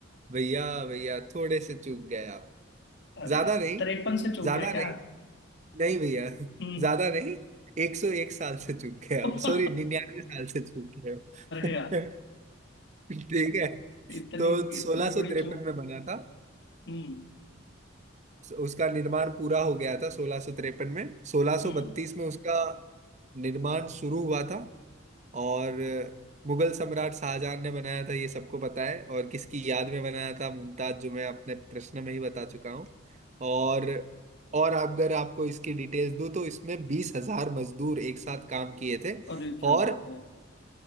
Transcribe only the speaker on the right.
भैया भैया थोड़े से चूक गए आप
ज्यादा नहीं
ज्यादा
नहीं नहीं भैया <laughs>
ज्यादा नहीं एक सौ एक साल से चूक गए आप
सॉरी निन्यानवे साल से चूक गए आप
<laughs> ठीक है
तो सोलह
सौ
तिरपन
में बना था
उसका निर्माण पूरा हो गया था सोलह सौ तिरपन में सोलह सौ
बत्तीस में उसका निर्माण शुरू हुआ था और मुगल सम्राट शाहजहां ने बनाया था ये सबको पता है और किसकी याद में बनाया था मुमताज जो मैं अपने प्रश्न में ही बता चुका हूँ और और अगर आपको इसकी डिटेल्स दूं तो इसमें बीस हजार मजदूर एक साथ काम किए थे
और